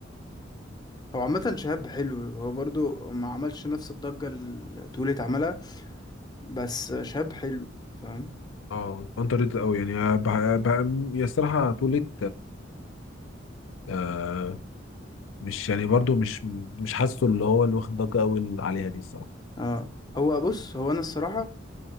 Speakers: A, on the left; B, on the left.
A: هو عامة شهاب حلو هو برضو ما عملش نفس الضجة اللي تقولي اتعملها بس شاب حلو فاهم
B: اه اندر ريتد قوي يعني آه، بح... بح... يا الصراحه طولت آه مش يعني برضو مش مش حاسه اللي هو اللي واخد ضجه قوي عليها دي الصراحه
A: اه هو بص هو انا الصراحه